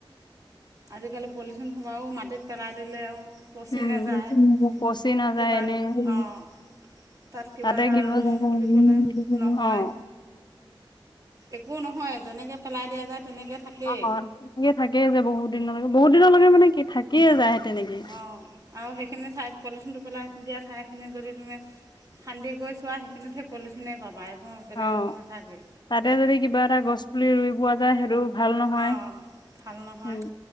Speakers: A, on the right; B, on the left.
A: আজিকালি পলিথিন সোপাটো, মাটিত পেলাই দিলেও পচি
B: উম,
A: নাযায়
B: পচি নাযায়
A: কিবা
B: এনেই উম।
A: অঁ তাত কিবা
B: তাতে
A: এটা
B: কিব, <unintelligible>
A: ৰুওঁ বুলি ক'লে
B: উম,
A: নহয়
B: অহ।
A: একো নহয় যেনেকে পেলাই দিয়া যায়। তেনেকৈ থাকেই
B: অহ, তেনেকে থাকিয়ে যাব বহুত দিনলৈ, বহুত দিনলৈকে মানে কি থাকিয়ে যায়। তেনেকেই।
A: অঁ আৰু সেইখিনি ঠাইত পলিথিনটো পেলাই দিয়া, ঠাইখিনি যদি তুমি খান্দি কৰি চোৱা, সেইখনি সেই পলিথিনে পাবা। একো বেলেগ
B: অহ
A: একো নাথাকে
B: তাতে যদি কিবা এটা গছ পুলি ৰুই পোৱা যায় সেইটো। ভাল নহয়
A: অঁ ভাল নহয়
B: উম